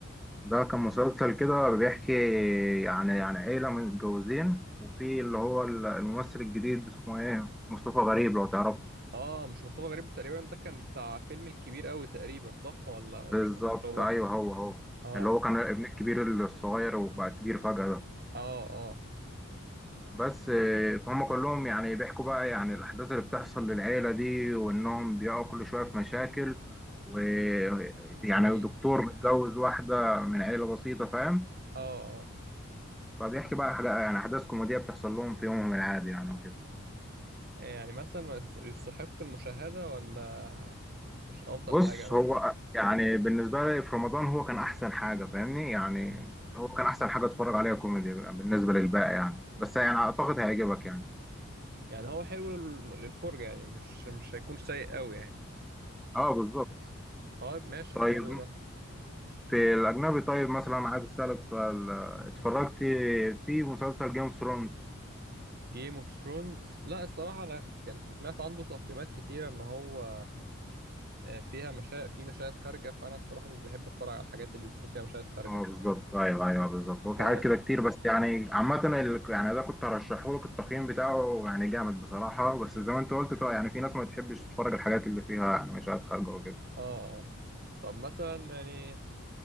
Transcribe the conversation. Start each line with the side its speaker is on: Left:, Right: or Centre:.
Centre: ده كان مسلسل كده بيحكي يعني عن عيلة متجوزين وفي اللي هو الممثل الجديد اسمه ايه مصطفى غريب لو تعرفه
Right: اه مش مصطفى غريب تقريبا ده كان بتاع فيلم الكبير قوي تقريبا صح ولا مش
Centre: بالظبط
Right: ولا مش هو
Centre: ايوه هو هو
Right: اه
Centre: اللي هو كان ابن الكبير الصغير وبقى كبير فجأة ده
Right: اه اه
Centre: بس آه، فهم كلهم يعني بيحكوا بقى يعني الأحداث اللي بتحصل للعيلة دي وإنهم بيقعوا كل شوية في مشاكل ويعني
Right: جميل
Centre: دكتور متجوز واحدة من عيلة بسيطة فاهم
Right: اه اه
Centre: فبيحكي بقى حاجة يعني أحداث كوميدية بتحصل لهم في يومهم العادي يعني وكده
Right: آه، يعني مثلا ما يص- يستحق المشاهدة ولا مش افضل
Centre: بص
Right: حاجة مثلا
Centre: هو يعني بالنسبة لي في رمضان هو كان أحسن حاجة فاهمني يعني
Right: مم.
Centre: هو كان أحسن حاجة أتفرج عليها كوميدي بالنسبة للباقي يعني بس يعني أعتقد هيعجبك يعني
Right: يعني هو حلو لل- للفرجة يعني مش مش هيكون سيء قوي يعني
Centre: اه بالظبط
Right: طيب ماشي
Centre: طيب
Right: حلو ده
Centre: في الأجنبي طيب مثلا عايز أسألك سؤال آه، اتفرجت في مسلسل جيم اوف ثرونز
Right: جيم اوف ثرونز لا الصراحة انا كنت سمعت عنده تقييمات كتيرة ان هو آه، فيها مشا... في مشاهد خارجة فانا الصراحة مش بحب اتفرج على الحاجات اللي بتكون فيها مشاهد خارجة
Centre: اه بالظبط ايوه ايوه بالظبط هو في
Right: ف...
Centre: حاجات كده كتير بس يعني عامة ال- يعني ده كنت هرشحه لك التقييم بتاعه يعني جامد بصراحة بس
Right: مم.
Centre: زي ما انت قلت طبعا يعني في ناس ما بتحبش تتفرج الحاجات اللي فيها يعني مشاهد خارجة وكده
Right: اه آه. طب مثلا يعني